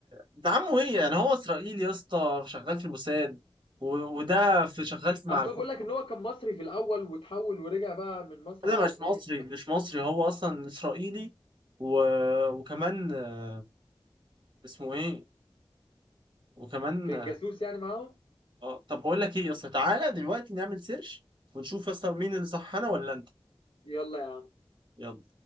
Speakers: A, on the right; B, on the left.
A: ده عمه ايه يعني هو اسرائيلي يا اسطى شغال في الموساد و... وده في شغال في مع
B: اصل
A: الحكومه
B: هو بيقول لك ان هو كان مصري في الاول وتحول ورجع بقى من مصر
A: ده
B: على
A: مش
B: هناك
A: مصري مش مصري هو اصلا اسرائيلي و... وكمان آه، اسمه ايه وكمان
B: كان جاسوس يعني معاهم
A: آه، طب بقول لك ايه يا اسطى تعالى دلوقتي نعمل سيرش ونشوف يا اسطى مين اللي صح انا ولا انت
B: يلا يا
A: يلا